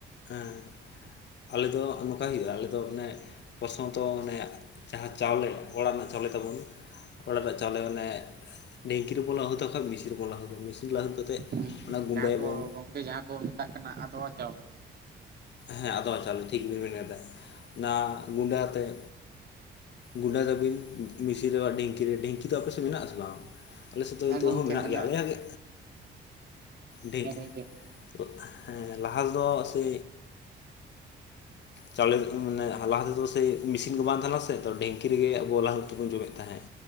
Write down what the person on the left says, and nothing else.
ᱦᱮᱸ᱾ ᱟᱞᱮ ᱫᱚ ᱱᱚᱝᱠᱟᱭ ᱦᱩᱭᱩᱜᱼᱟ ᱟᱞᱮ ᱫᱚ ᱟᱱᱮ ᱯᱚᱥᱚᱱᱛᱚ ᱢᱚᱱᱮ ᱡᱟᱦᱟᱸ ᱪᱟᱣᱞᱮ ᱚᱲᱟᱜ ᱨᱮᱱᱟᱜ ᱪᱟᱣᱞᱮ ᱛᱟᱵᱚᱱ ᱚᱲᱟᱜ ᱨᱮᱱᱟᱜ ᱪᱟᱣᱞᱮ ᱢᱟᱱᱮ ᱰᱷᱤᱝᱠᱤ ᱨᱮᱠᱚ ᱞᱟᱹᱦᱩᱛ ᱵᱟᱠᱷᱟᱡ ᱢᱮᱥᱤᱱ ᱨᱮᱵᱚᱱ ᱞᱟᱹᱦᱩᱫ ᱫᱟ ᱢᱮᱥᱤᱱ ᱨᱮ ᱞᱟᱦᱩᱫ ᱠᱟᱛᱮᱫ
ᱚᱱᱟ ᱜᱩᱸᱰᱟᱹ
ᱵᱚᱱ᱾
ᱦᱮᱸ ᱟᱫᱚᱣᱟ ᱪᱟᱣᱞᱮ ᱴᱷᱤᱠ ᱵᱤᱱ ᱢᱮᱱ ᱠᱟᱫᱟ ᱚᱱᱟ ᱜᱩᱰᱟᱹ ᱟᱛᱮᱫ᱾ ᱜᱩᱸᱰᱟᱹ ᱛᱟᱵᱤᱱ ᱢᱤᱥᱤᱨ ᱨᱮᱦᱚᱸ ᱰᱷᱤᱝᱠᱤ ᱨᱮ, ᱰᱷᱤᱝᱠᱤ ᱫᱚ ᱟᱯᱮᱥᱮᱫ ᱢᱮᱱᱟᱜ ᱟᱥᱮ ᱵᱟᱝ? ᱟᱞᱮ ᱥᱮᱫ ᱫᱚ ᱱᱤᱛᱚᱜ
ᱦᱚᱸ ᱢᱮᱱᱟᱜ
ᱜᱮᱭᱟ ᱟᱞᱮᱭᱟᱜ ᱜᱮ ᱦᱮᱸ᱾
ᱳᱜ ᱦᱮᱸ ᱞᱟᱦᱟ ᱛᱮᱫᱚ ᱥᱮ ᱪᱟᱣᱞᱮ ᱢᱟᱱᱮ ᱞᱟᱦᱟ ᱛᱮᱫᱚ ᱥᱮ ᱢᱮᱥᱤᱱ ᱠᱚ ᱵᱟᱝ ᱛᱟᱦᱮᱞᱮᱱᱟ ᱥᱮ ᱛᱚ ᱰᱷᱤᱮᱝᱠᱤ ᱨᱮᱜᱮ ᱟᱵᱚ ᱞᱦᱟᱹᱨᱩᱫ ᱛᱮᱵᱚ ᱡᱚᱢᱮᱫ ᱛᱟᱦᱮᱸᱫ᱾